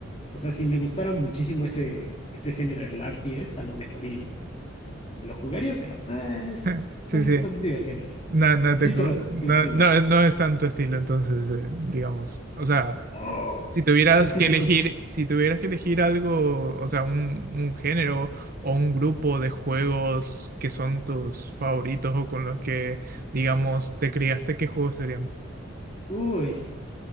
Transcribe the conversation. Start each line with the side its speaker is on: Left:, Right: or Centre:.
Left: O sea, si me gustara muchísimo ese, ese género, el RTS, a lo mejor y, y lo jugaría, pero eh, es-
Right: <laughs> Sí,
Left: son,
Right: sí.
Left: son divergencias.
Right: No, no, te
Left: Sí,
Right: cu-
Left: pero
Right: no,
Left: di- dime.
Right: no, no es tanto estilo, entonces, eh, digamos. O sea,
Left: Oh,
Right: si tuvieras
Left: sí, sí,
Right: que
Left: te
Right: elegir,
Left: escucho.
Right: si tuvieras que elegir algo, o sea, un, un género o un grupo de juegos que son tus favoritos o con los que, digamos, te criaste, ¿qué juegos serían?
Left: Uy.